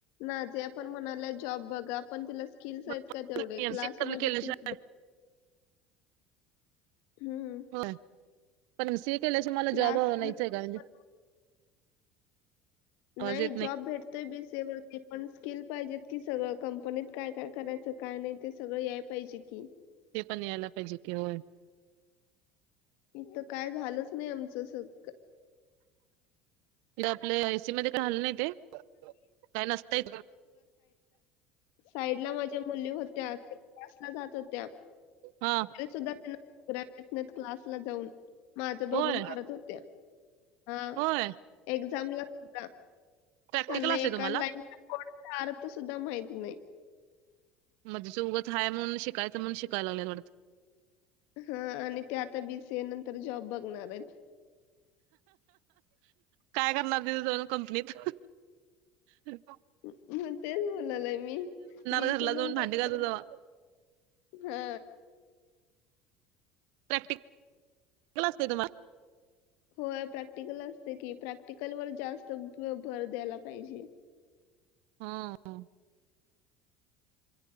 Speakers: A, on the left; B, on the right.
A: ना जे आपण म्हणा जॉब बघा आपण किल्स
B: मग
A: आहेत का तेवढे
B: एमसीए
A: क्लासमध्येध्ये
B: केल्याशिवाय
A: हम्म
B: होय. पण म सीए केल्याशि मला
A: क्लास
B: जॉब नाहीच आहे का म्हणजे
A: पण नाही
B: आवाज येत
A: जॉब भेटतोय बीसेेवरती पण स्किल पाहिजे कि सगळं कंपनीत काय काय करायचं काय नाही ते सगळं याय पाहिजे की
B: ते पण यालाफेजके होय
A: इथं काय झालच नाही आमचं सग
B: आपले म का हल नाही ते काय नसतय
A: साईड ला माझ्या मुली होत्या तर क्सला जात होत्या
B: हा
A: तरी सुद्धा त्यांना क्लासला जाऊन माझ्या बघून
B: होय
A: करत होत्या हा
B: होय
A: एक्झामला सुद्धा
B: प्रॅक्टिकल
A: त्यांना एका
B: असतंय तुम्हाला
A: लाईनचा कोड आर्थ सुद्धा माहित नाही
B: मध्येजेचं उगं हा म्हणून शिकायचं म्हणून शिकायला लागल्या थोड्यात
A: हा आणि ते आता बीसीए नंतर जॉब बघणार आहेत
B: काय करणार तिथे दोन कंपनीत ह
A: मग तेच बोलालाय मी बीसी
B: घरला
A: नंतर
B: जाऊन भांडी घासा जावा
A: हा
B: प्रॅक्ट क्लास तम्हाला
A: हो प्रॅक्टिकल असते की प्रॅक्टिकल वर जास्त भर द्यायला पाहिजे
B: हा